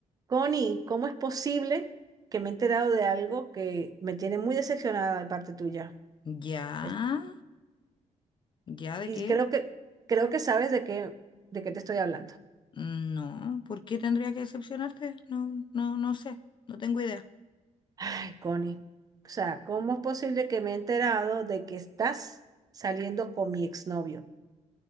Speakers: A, on the right (about 30°); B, on the left (about 40°).
A: Connie, ¿cómo es posible que me he enterado de algo que me tiene muy decepcionada de parte tuya?
B: ¿Ya?
A: Es-
B: ¿Ya de
A: Y
B: qué?
A: creo que, creo que sabes de qué, de qué te estoy hablando.
B: No, ¿por qué tendría que decepcionarte? No, no, no sé, no tengo idea.
A: Ay, Connie. O sea, ¿cómo es posible que me he enterado de que estás saliendo con mi exnovio?